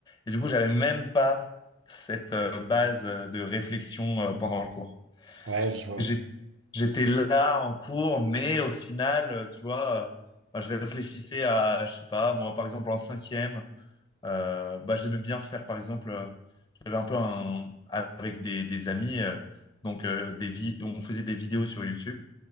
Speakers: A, on the left; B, on the right.
A: Et du coup, j'avais même pas cette euh, base euh, de réflexion euh, pendant le cours.
B: Ouais, je vois.
A: J'ai- J'étais là en cours, mais au final, euh, tu vois, euh, bah, je réfléchissais à, je sais pas, moi, par exemple, en cinquième, euh, bah, j'aimais bien faire, par exemple, euh, j'avais un peu un, avec des, des amis, euh, donc euh, des vi- on faisait des vidéos sur YouTube